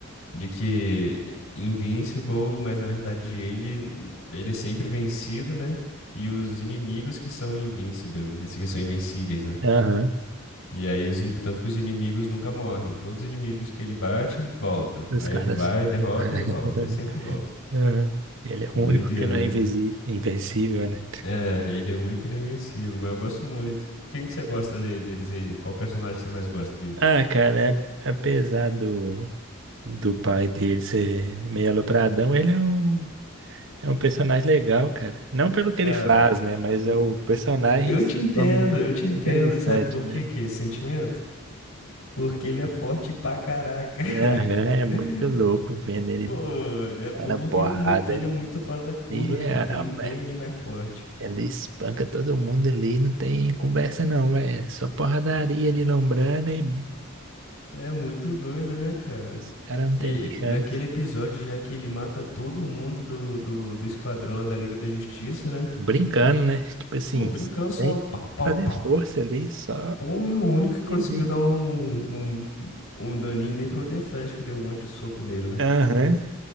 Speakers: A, on the left; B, on the right.
A: de que Invincible, mas na verdade ele, ele é sempre vencido, né? E os inimigos que são invincibles, que são invencíveis, né?
B: Aham,
A: E aí, os, in- tanto que os inimigos nunca morrem. Todos os inimigos que ele bate, volta.
B: os
A: Aí
B: caras.
A: ele vai, derrota
B: <laughs>
A: e volta. E sempre volta.
B: Aham. Ele é o
A: É doideira,
B: único que não
A: né,
B: é invisi-
A: cara?
B: invencível, né?
A: É, ele é único e invencível, mas eu gosto muito. Quem que você gosta de- deles aí? Qual personagem você mais gosta deles?
B: Ah, cara, a- apesar do, do pai dele ser meio alopradão, ele é um. É um personagem legal, cara. Não pelo que
A: Cara,
B: ele faz, né? Mas
A: e-
B: é o personagem
A: eu
B: em si,
A: te entendo,
B: como ele é bem
A: eu te entendo.
B: interessante,
A: Sabe por
B: né?
A: que que é esse sentimento? Porque ele é forte pra caraca.
B: Aham, é muito
A: <laughs>
B: louco vendo ele
A: Pô, é bom
B: tá na
A: porque
B: porrada
A: ele é muito, ele é muito fora da curva,
B: de
A: né,
B: geral,
A: cara? Tem ninguém
B: velho.
A: ali mais forte.
B: Ele espanca todo mundo ali, não tem conversa não, velho. É Só porradaria
A: Pô,
B: ali, lombrando e
A: É muito doido, né, cara?
B: os caras não
A: E
B: tem nem chance.
A: naquele episódio já que ele mata todo mundo do, do, do esquadrão lá da Liga da Justiça, né?
B: Brincando, né? Tipo assim,
A: Pô, brincando
B: sem
A: só pau, pau,
B: fazer
A: pau.
B: força ali, só
A: Pô, o único
B: tranquilinho.
A: que conseguiu dar um, um, um um daninho nele foi o The Flash, que deu um monte de soco nele, né?
B: Aham.